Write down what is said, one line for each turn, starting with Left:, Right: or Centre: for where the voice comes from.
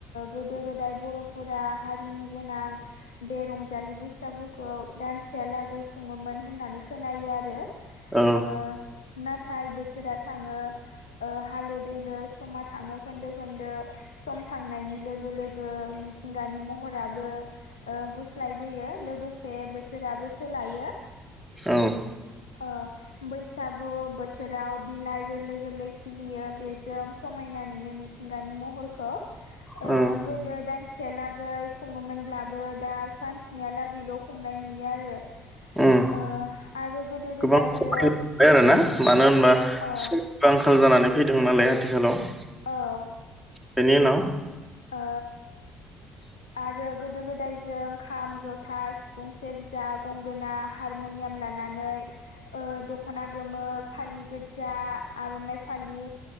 Left: गोदो गोदाय बर' फोर हारिनि गोनां बे रंजालि बैसागु खौ दानसेहालागै खुङोमोन होननानै खोनायो आरो।
Centre: औ
Left: ओ नाथाय बोथोरा थाङो हालो दैलो समा थाङो खोन्दो खोन्दो। सम थांनायनि लोगो लोगो मिथिंगानि महराबो ओ गुस्लायबोयो लोगोसे बोथोराबो सोलायो।
Centre: औ।
Left: अ बैसागु बोथोराव बिलाइ गोरलै- गोरलै खिलियो बेजों समायना नुयो मिथिंगानि महरखौ। ओ
Centre: औ
Left: गोदो दानसेयालागै खुङोमोनब्लाबो दा सानस्नियालागैल' खुंनाय नुयो आरो
Centre: उम
Left: ओ आरो गोदो
Centre: गोबां
Left: गोदाय
Centre: खमिबोबाय
Left: जों
Centre: आरोना मानो होनबा
Left: औ
Centre: सम बो आंखाल जानानै फैदों नालाय आथिखालाव।
Left: औ।
Centre: बेनि उनाव
Left: ओ
Centre: <inaudible>
Left: आरो गोदो- गोदाय जों खाम, जथा, सिफुं, सेरजा, गंगोना, हार हारमुनियाम लानानै ओ दख'ना गोमो, फालि गोजा, आर'नाइ फालि